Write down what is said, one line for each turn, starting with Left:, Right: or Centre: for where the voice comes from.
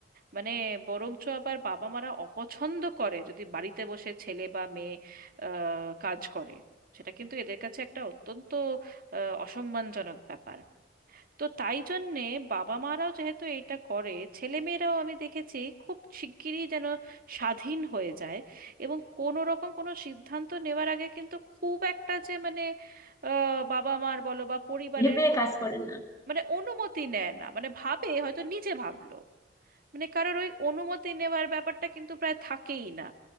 Right: মানে বরঞ্চ আবার বাবা মারা অপছন্দ করে যদি বাড়িতে বসে ছেলে বা মেয়ে আহ, কাজ করে সেটা কিন্তু এদের কাছে একটা অত্যন্ত আহ, অসম্মানজনক ব্যাপার তো তাই জন্যে বাবা মারাও যেহেতু এটা করে ছেলে মেয়েরাও আমি দেখেছি খুব শিগগিরই যেন স্বাধীন হয়ে যায় এবং কোনো রকম কোনো সিদ্ধান্ত নেওয়ার আগে কিন্তু খুব একটা যে মানে আহ, বাবা মার বলো বা পরিবারের
Left: ভেবে
Right: কোনো
Left: কাজ করে না
Right: মানে অনুমতি নেয় না মানে ভাবে হয়তো নিজে ভাবলো মানে কারোর ওই অনুমতি নেওয়ার ব্যাপারটা কিন্তু প্রায় থাকেই না